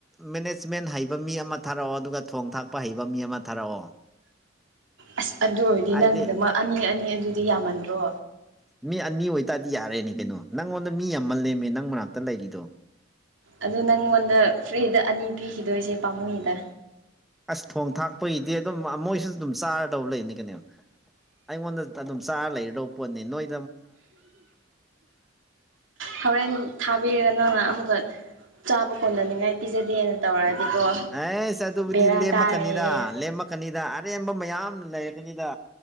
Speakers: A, in the centre; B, on the right (about 70°).
A: ꯃꯦꯅꯦꯖꯃꯦꯟ ꯍꯩꯕ ꯃꯤ ꯑꯃ ꯊꯥꯔꯛꯑꯣ ꯑꯗꯨꯒ ꯊꯣꯡ ꯊꯥꯛꯄ ꯍꯩꯕ ꯃꯤ ꯑꯃ ꯊꯥꯔꯛꯑꯣ
B: ꯑꯁ ꯑꯗꯨ ꯑꯣꯏꯔꯗꯤ
A: ꯍꯥꯏꯗꯤ
B: ꯅꯪꯒꯤꯗꯃꯛ ꯑꯅꯤ ꯑꯅꯤ ꯑꯗꯨꯗꯤ ꯌꯥꯝꯃꯟꯗ꯭ꯔꯣ
A: ꯃꯤ ꯑꯅꯤ ꯑꯣꯏꯇꯥꯔꯗꯤ ꯌꯥꯔꯦꯅꯦ ꯀꯩꯅꯣ ꯅꯪꯉꯣꯟꯗ ꯃꯤ ꯌꯥꯝꯃꯜꯂ‌ꯦꯃꯤ ꯅꯪ ꯃꯅꯥꯛꯇ ꯂꯩꯔꯤꯗꯣ
B: ꯑꯗꯨ ꯅꯪꯉꯣꯟꯗ ꯐ꯭ꯔꯤꯗ ꯑꯅꯤ ꯄꯤꯈꯤꯗꯣꯏꯁꯦ ꯄꯥꯝꯃꯨꯏꯗ
A: ꯑꯁ ꯊꯣꯡ ꯊꯥꯛꯄꯩꯗꯤ ꯑꯗꯨꯝ ꯑꯥ ꯃꯣꯏꯁꯨ ꯑꯗꯨꯝ ꯆꯥꯔꯗꯧ ꯂꯩꯅꯤ ꯀꯩꯅꫭ ꯑꯩꯉꯣꯟꯗ ꯑꯗꯨꯝ ꯆꯥꯔ ꯂꯩꯔꯗꯧ ꯄꯣꯠꯅꯤ ꯅꯣꯏ
B: ꯍꯧꯔꯦꯟ ꯊꯥꯕꯤꯔꯒ ꯅꯪꯅ ꯑꯃꯨꯛꯀ ꯆꯥꯕ ꯀꯣꯟꯅꯅꯤꯡꯉꯥꯏ ꯄꯤꯖꯗꯦꯅ ꯇꯧꯔꯛꯑꯗꯤꯀꯣ
A: ꯑꯩꯁ ꯑꯗꯨꯕꯨꯗꯤ
B: ꯕꯦꯔꯥ
A: ꯂꯦꯝꯃꯛꯀꯅꯤꯗ
B: ꯀꯥꯒꯅꯤꯍꯦ
A: ꯂ‌ꯦꯝꯃꯛ ꯀꯅꯤꯗ ꯑꯔꯦꯝꯕ ꯃꯌꯥꯝ ꯂꯩꯔꯛꯀꯅꯤꯗ